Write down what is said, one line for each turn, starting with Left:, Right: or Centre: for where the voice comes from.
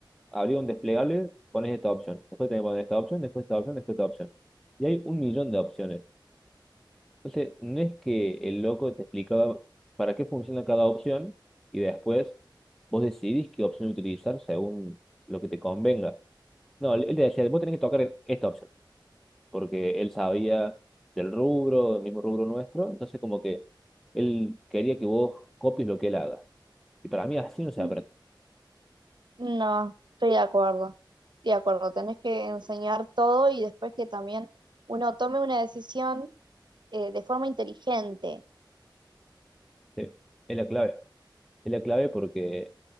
Centre: abría un desplegable, pones esta opción, después tenés que poner esta opción, después esta opción, después esta opción. Y hay un millón de opciones. Entonces, no es que el loco te explicaba para qué funciona cada opción y después vos decidís qué opción utilizar según lo que te convenga. No, él él te decía, vos tenés que tocar esta opción, porque él sabía del rubro, del mismo rubro nuestro, entonces como que él quería que vos copies lo que él haga. Y para mí así no se
Right: mm.
Centre: aprende.
Right: No, estoy de acuerdo. Estoy de acuerdo, tenés que enseñar todo y después que también uno tome una decisión eh, de forma inteligente,
Centre: Sí, Es la clave. Es la clave porque